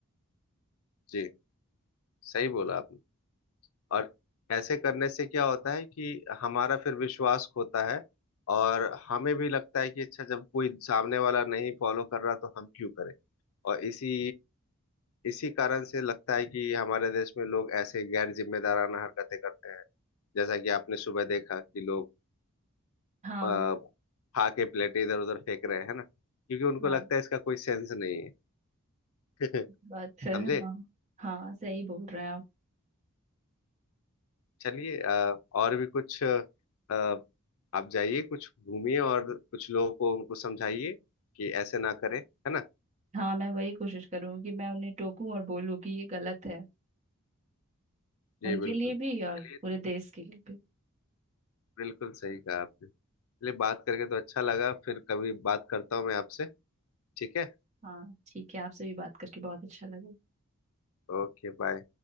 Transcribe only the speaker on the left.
जी सही बोला आपने और ऐसे करने से क्या होता है कि हमारा फिर विश्वास खोता है और हमें भी लगता है कि अच्छा जब कोई सामने वाला नहीं फॉलो कर रहा तो हम क्यों करें और इसी इसी कारण से लगता है कि हमारे देश में लोग ऐसे गैर जिम्मेदाराना हरकतें करते हैं जैसा कि आपने सुबह देखा कि लोग
आ, खा के प्लेटें इधर उधर फेंक रहे हैं ना क्योंकि उनको
लगता है इसका कोई सेंस नहीं है <laughs>
समझे
चलिए अ, और भी कुछ अ, आप जाइए कुछ घूमिए और कुछ लोगों को उनको समझाइए कि ऐसे ना करें है ना
जी
बिल्कुल
चलिए
बिल्कुल सही कहा आपने चलिए बात करके तो अच्छा लगा फिर कभी बात करता हूँ मैं आपसे ठीक है
Okay bye